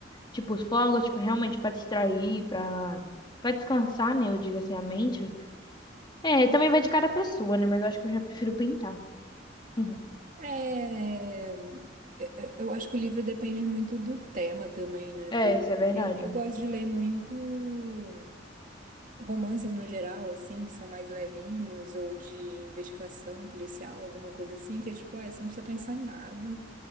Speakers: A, on the left; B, on the right.
A: Tipo, se for algo, tipo, realmente pra distrair, pra, pra descansar, né? Eu digo assim, a mente. É, também vai de cada pessoa, né? Mas eu acho que eu já prefiro pintar. Uhum.
B: É... Eu eu acho que o livro depende muito do tema também, né?
A: É,
B: Porque
A: isso é verdade.
B: eu, eu gosto de ler muito romances no geral, assim, que são mais levinhos, ou de investigação policial, alguma coisa assim, que é tipo, ah, você não precisa pensar em nada,